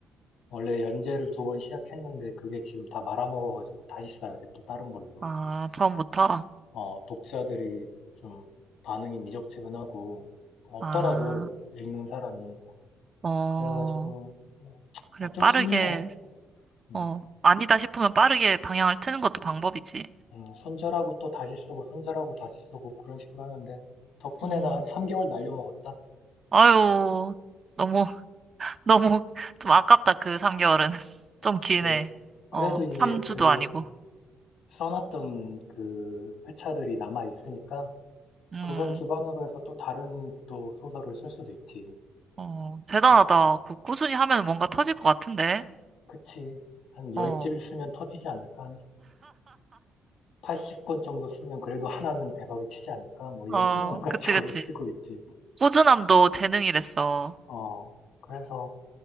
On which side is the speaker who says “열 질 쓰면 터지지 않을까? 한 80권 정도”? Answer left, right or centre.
Left